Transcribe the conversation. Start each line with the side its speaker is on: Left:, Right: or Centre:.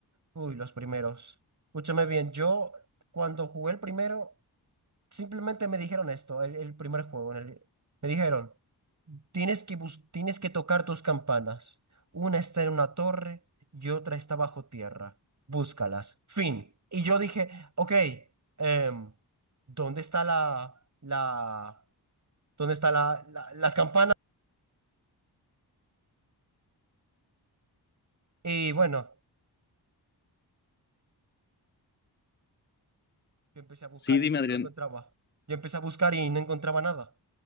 Right: Uy, los primeros. Escúchame bien, yo cuando jugué el primero, simplemente me dijeron esto, el, el primer juego. en el- me dijeron, tienes que, bus- tienes que tocar tus campanas. Una está en una torre y otra está bajo tierra. Búscalas. Fin. Y yo dije, ok, em, ¿dónde está la, la, dónde está la, la- las campanas? Y bueno, yo empecé a buscar
Left: Sí, dime,
Right: y
Left: Adrián.
Right: no encontraba. Yo empecé a buscar y no encontraba nada.